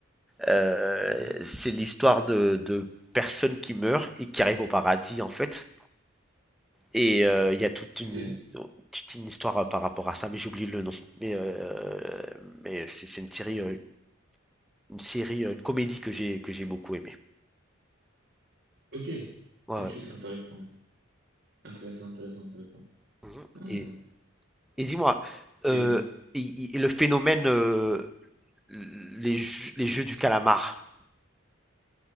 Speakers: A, in the centre; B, on the right.
A: Euh,
B: Mhm,
A: c'est l'histoire de, de personnes qui meurent et qui arrivent au paradis en fait. Et euh, il y a toute une,
B: Ok,
A: toute une histoire euh, par rapport à ça, mais j'oublie le nom. Mais, euh, mais c'est c'est une série, euh, une série, euh, une comédie que j'ai que j'ai beaucoup aimée.
B: ok,
A: Ouais,
B: ok,
A: ouais.
B: intéressant, intéressant, intéressant, intéressant.
A: Mhm.
B: Ah,
A: Et, et dis-moi, euh,
B: oui, dis-moi.
A: et- et et le phénomène, euh, les, jeux- les jeux du calamar,